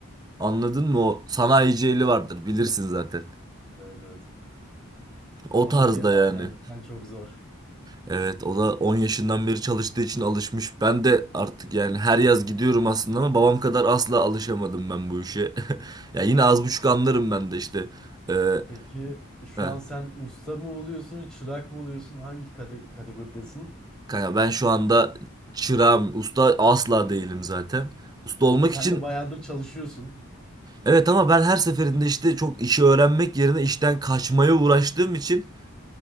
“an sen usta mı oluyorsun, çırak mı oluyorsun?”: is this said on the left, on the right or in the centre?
Centre